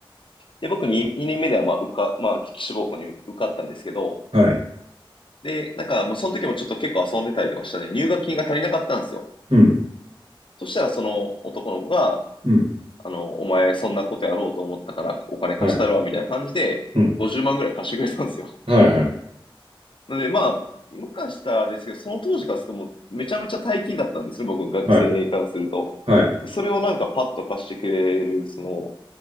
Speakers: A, on the left (about 65°); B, on the right (about 80°).
A: で、僕に2年目ではまあ受か、まあ、志望校に受かったんですけど、
B: はい。
A: で、なんかもうその時もちょっと結構遊んでたりとかしたね、入学金が足りなかったんですよ。
B: うん、
A: そしたらその男の子が、
B: うん。
A: あの、お前そんなことやろうと思ったからお金貸したるわ、
B: はい。
A: みたいな感じで、
B: うん。
A: 50万ぐらい貸してくれたんですよ。<laughs>
B: はいはい。
A: なので、まあ、今からしたらあれですけど、その当時からするともうめちゃめちゃ大金だったんですね、僕、学生からすると。
B: はい。はい。
A: それをなんかパッと貸してくれる、その、